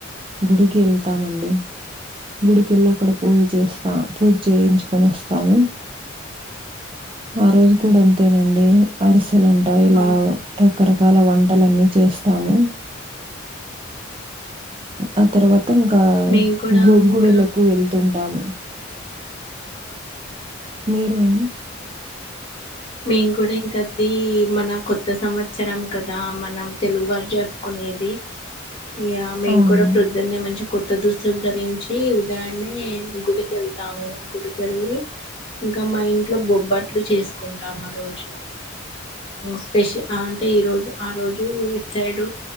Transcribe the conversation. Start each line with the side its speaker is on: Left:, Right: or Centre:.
Right: గుడికి వెళ్తామండి గుడికెళ్ళి అక్కడ పూజ చేస్తా పూజ చేయించుకొని వస్తాము ఆ రోజు కూడా అంతేనండి అరిసెలంటా ఇలా
Left: అవును
Right: రకరకాల వంటలన్నీ చేస్తాము ఆ తర్వాత ఇంకా
Left: మేము కూడా
Right: గు గుడులకు
Left: ఇంకా
Right: వెళ్తుంటాము మీరు అండి
Left: మేం కూడా ఇంకది మన కొత్త సంవత్సరం కదా మనం తెలుగు వాల్లు జరుపుకునేది ఇ మేము
Right: అవును.
Left: కూడా ప్రొదు పొద్దున్నే మంచిగా కొత్త దుస్తులు ధరించి ఉదాయాన్నే గుడికెళ్తాము గుడికెళ్ళి ఇంకా మా ఇంట్లో బొబ్బట్లు చేసుకుంటాం ఆ రోజు స్పెషల్ అంటే ఈ రోజు ఆ రోజు ఇట్ సైడు